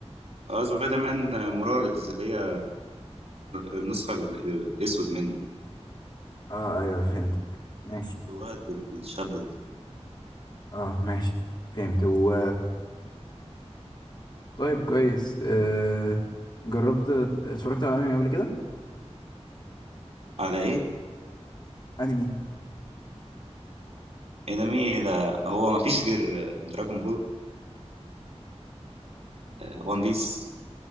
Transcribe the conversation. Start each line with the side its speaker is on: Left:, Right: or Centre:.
Right: اه سبايدر مان آه، موراليز اللي هي النسخة ال- الأسود منه
Left: اه ايوه فهمتك ماشي
Right: الواد الشاب ده
Left: اه ماشي فهمت و طيب كويس آه جربت اتفرجت على انمي قبل كده
Right: على ايه؟
Left: انمي
Right: انمي ده هو ما فيش غير دراجون بول وون بيس